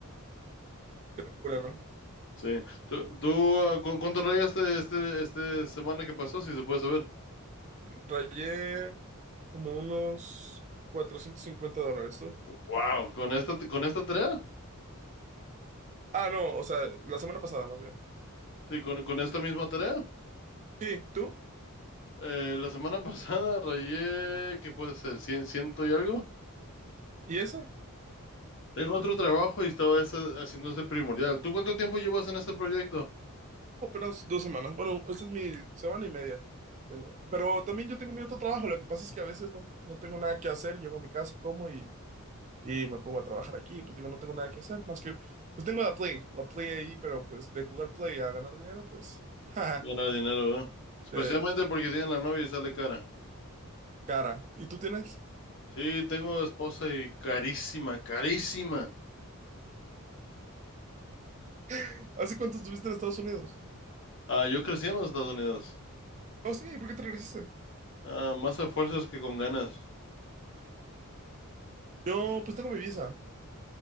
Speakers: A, on the right (about 35°); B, on the left (about 55°).
A: Qué locura, ¿no?
B: Sí. ¿Tú, tú, ah, ¿cu- cuánto rayaste este, este semana que pasó, si se puede saber?
A: Rayé como unos 450 dólares, ¿tú?
B: Wow, con esta, con esta tarea,
A: Ah, no, o sea, la semana pasada más bien.
B: sí, con, con esta misma tarea.
A: Sí, ¿tú?
B: Eh, la semana <laughs> pasada rayé, ¿qué puede ser? ¿Cien, ciento y algo?
A: ¿Y eso?
B: Tengo otro trabajo y estaba esa- haciendo este primordial. ¿Tú cuánto tiempo llevas en este proyecto?
A: Apenas dos semanas. Bueno, esta es mi semana y media. Tengo. Pero también yo tengo mi otro trabajo. Lo que pasa es que a veces no, no tengo nada que hacer. Llego a mi casa, como y, y me pongo a trabajar aquí. Pues digo, no tengo nada que hacer. Más que, pues tengo la Play. La Play ahí, pero pues de jugar Play a ganar dinero, pues, <laughs> jaja,
B: Ganar dinero, ¿verdad? Especialmente
A: de
B: porque tiene la novia y sale cara.
A: cara. ¿Y tú tienes?
B: Sí, tengo esposa y carísima, carísima.
A: <laughs> ¿Hace cuánto estuviste en Estados Unidos?
B: Ah, yo crecí en los Estados Unidos.
A: Oh, sí, ¿por qué te regresaste?
B: Ah, más a fuerzas que con ganas.
A: Sí. Yo, pues tengo mi visa.